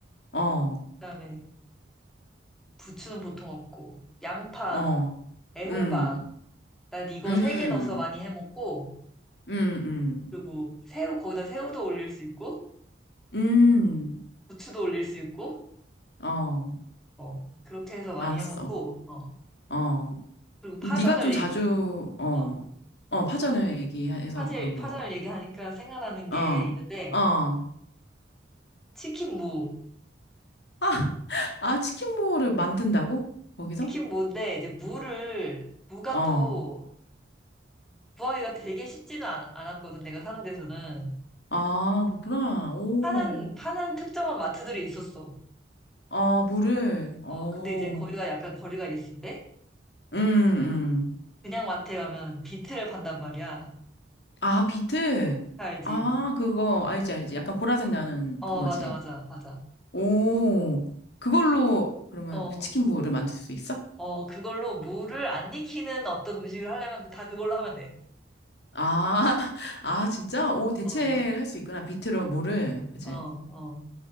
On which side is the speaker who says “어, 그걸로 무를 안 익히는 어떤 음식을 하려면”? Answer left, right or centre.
Centre